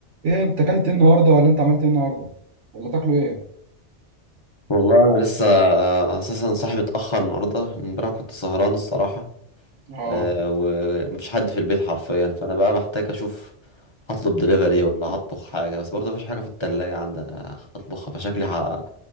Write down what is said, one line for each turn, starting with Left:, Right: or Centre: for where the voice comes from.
Right: ايه انت اكلت ايه النهارده ولا انت عملت ايه النهارده ولا تاكلوا ايه
Left: والله انا لسه اساسا صاحبي اتاخر النهارده امبارح كنت سهران الصراحه
Right: اه
Left: آه، ومفيش حد في البيت حرفيا فانا بقى محتاج اشوف هطلب دليفري ولا هطبخ حاجه بس برضه مفيش حاجه في التلاجة عندي أنا اطبخها فشكلي ه-